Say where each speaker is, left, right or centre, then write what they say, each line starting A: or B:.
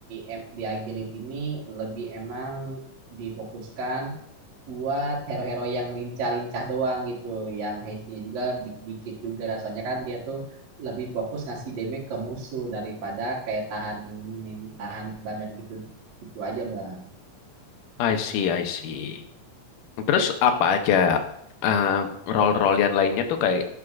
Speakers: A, on the right (about 60°); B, on the left (about 80°).
A: em- di agility ini lebih emang difokuskan buat hero-hero yang lincah-lincah doang gitu, yang HP-nya juga di- dikit juga. Soalnya kan dia tuh lebih fokus ngasih damage ke musuh daripada kayak tahan tahan badan gitu gitu aja, Bang.
B: I see, I see. Terus apa aja eh, role-role yang lainnya tuh kayak